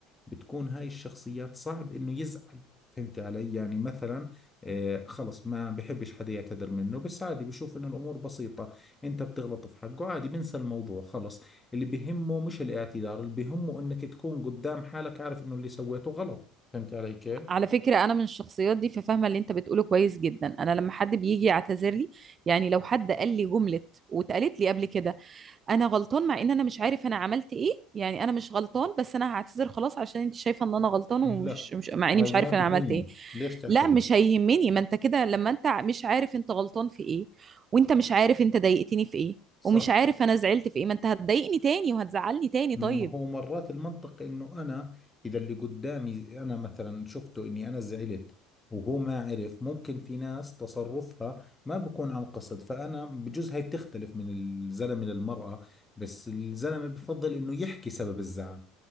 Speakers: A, on the left (about 15°); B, on the right (about 35°).
A: بتكون هاي الشخصيات صعب إنه يزعل فهمت علي يعني مثلا آه خلص ما بحبش حدا يعتذر منه بس عادي بشوف إنه الأمور بسيطة أنت بتغلط في حقه عادي بنسى الموضوع خلص اللي بهمه مش الاعتذار اللي بهمه إنك تكون قدام حالك عارف إنه اللي سويته غلط فهمت علي كيف؟
B: على فكرة أنا من الشخصيات دي ففاهمة اللي أنت بتقوله كويس جدا أنا لما حد بيجي يعتذر لي يعني لو حد قال لي جملة واتقالت لي قبل كده انا غلطان مع ان انا مش عارف انا عملت ايه يعني انا مش غلطان بس انا هعتذر خلاص عشان انت شايفه ان انا غلطان
A: لا
B: ومش مش مع اني
A: هاي
B: مش
A: ما
B: عارف
A: بهمني
B: انا عملت ايه
A: ليش تعتذر
B: لا مش هيهمني ما انت كده لما انت مش عارف انت غلطان في ايه وانت مش عارف انت ضايقتني في ايه
A: صح
B: ومش عارف انا زعلت في ايه ما انت هتضايقني تاني وهتزعلني تاني
A: ما
B: طيب
A: هو مرات المنطق انه انا اذا اللي قدامي انا مثلا شفته اني انا زعلت وهو ما عرف ممكن في ناس تصرفها ما بكون عن قصد فانا بجوز هاي بتختلف من الزلمه للمراه بس الزلمه بفضل انه يحكي سبب الزعل